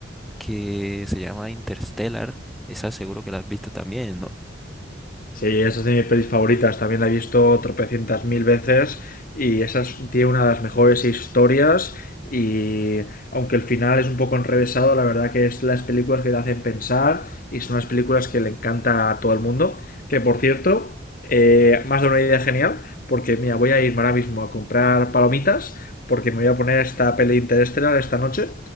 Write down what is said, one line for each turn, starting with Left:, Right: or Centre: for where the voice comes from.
Centre: que se llama Interstellar. Esa seguro que la has visto también, ¿no?
Left: Sí, esa es de mis pelis favoritas. También la he visto tropecientas mil veces y esa es- tiene una de las mejores historias. Y aunque el final es un poco enrevesado, la verdad que es las películas que te hacen pensar y son las películas que le encanta a todo el mundo. Que por cierto, eh, me has dado una idea genial porque mira, voy a irme ahora mismo a comprar palomitas porque me voy a poner esta peli Interestelar esta noche.